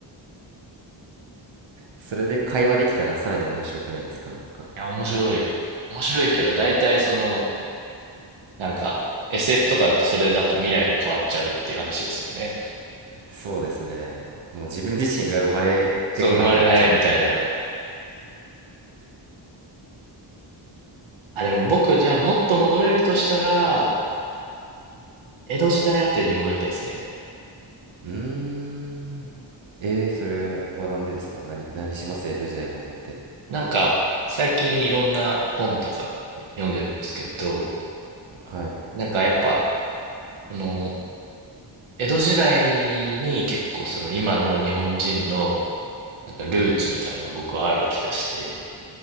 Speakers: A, on the right; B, on the right.
A: それで会話できたらさらに面白くないですか、なんか。
B: いや、面白い。面白いけど、大体その、なんか、SF とかだとそれだと未来が変わっちゃうっていう話ですよね。
A: そうですね。もう自分自身が生まれてこなくなっちゃうみたいな。
B: そう、生まれないみたいな。あ、でも僕、じゃあもっと戻れるとしたら、江戸時代あたりに戻りたいですね。
A: うーん。えー、それはなんでですか何、何します江戸時代に戻って。
B: なんか、最近いろんな本とか読んでるんですけど、
A: はい。
B: なんかやっぱ、この、江戸時代に結構その今の日本人のなんかルーツみたいなのが僕はある気がして、